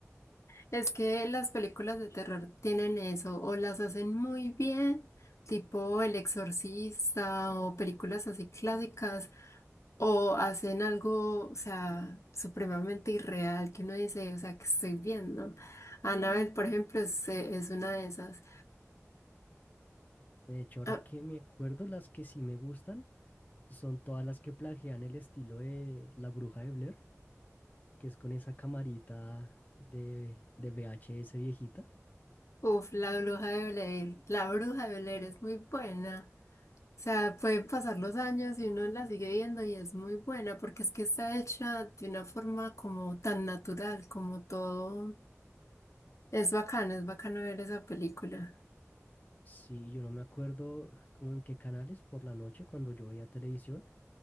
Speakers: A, on the left; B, on the left.
A: Es que las películas de terror tienen eso, o las hacen muy bien, tipo El Exorcista o películas así clásicas, o hacen algo, o sea, supremamente irreal que uno dice, o sea, que estoy viendo. Annabelle, por ejemplo, es, eh, es una de esas.
B: De hecho, ahora
A: Ah,
B: que me acuerdo, las que sí me gustan son todas las que plagian el estilo de La Bruja de Blair, que es con esa camarita de, de VHS viejita.
A: uf, la bruja de Blair, la bruja de Blair es muy buena. O sea, pueden pasar los años y uno la sigue viendo y es muy buena porque es que está hecha de una forma como tan natural, como todo. Es bacana, es bacano ver esa película.
B: Sí, yo no me acuerdo como en qué canales por la noche cuando yo veía televisión,